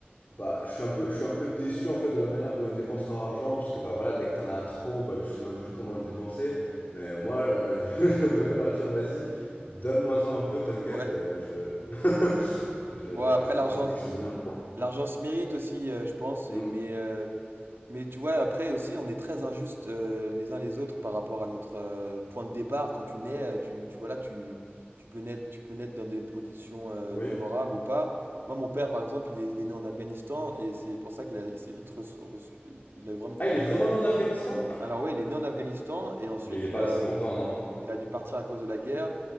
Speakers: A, on the left; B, on the right.
A: bah, je suis un peu, je suis un peu déçu en fait de la manière dont ils dépensent leur argent, parce que bah voilà, dès que t'en as trop, bah tu sais même plus comment le dépenser. Mais moi, euh, <laughs> j'aimerais bien leur dire, vas-y, donne-moi-en un peu, t'inquiète,
B: Ouais.
A: euh, je... <laughs> je-
B: Bon,
A: j'arriverai
B: après, l'argent,
A: à en faire quelque chose de bien.
B: l'argent se mérite aussi, euh, je pense,
A: Hmm.
B: et- mais euh, Mais tu vois, après aussi, on est très injuste euh, les uns les autres par rapport à notre euh, point de départ. Quand tu nais, euh, tu, tu, voilà, tu, tu peux naître, tu peux naître dans des conditions euh,
A: Oui.
B: favorables ou pas. Moi, mon père, par exemple, il est, il est né en Afghanistan et c'est pour ça qu'il a, il s'est vite reço- reço- il a vraiment, vraiment
A: Ah, il est vraiment
B: eu des.
A: né en Afghanistan?
B: Alors ouais, il est né en Afghanistan et ensuite
A: Mais il est
B: il
A: pas
B: a,
A: resté longtemps, non?
B: il a dû partir à cause de la guerre.